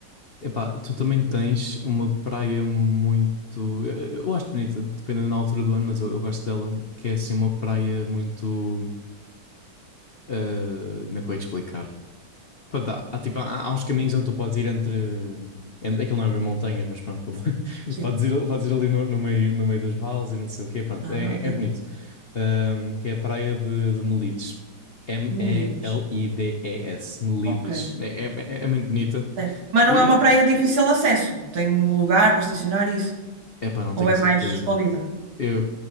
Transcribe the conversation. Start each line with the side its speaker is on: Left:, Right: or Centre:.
Left: Epá, tu também tens uma praia muito. Eu, eu acho bonita, dependendo da altura do ano, mas eu, eu gosto dela, que é assim uma praia muito. eh, Como é que eu ia te explicar? Pronto, há, há, tipo, há, há uns caminhos onde tu podes ir entre. entre aquilo não é bem montanhas, mas pronto, <laughs>
Right: Sim.
Left: podes ir, podes ir ali no, no meio, no meio dos vales e não sei o quê, pronto,
Right: Ah,
Left: é,
Right: ok.
Left: é bonito. Ahm, que é a praia de, de Melides. M-E-L-I-D-E-S,
Right: Molinos.
Left: Melides.
Right: Ok.
Left: É, é, é é muito bonita.
Right: Certo. Mas não
Left: E,
Right: é uma praia de difícil acesso. Tem lugar para estacionar e isso.
Left: epá, não tenho
Right: Ou é
Left: certeza.
Right: mais escondida?
Left: Eu,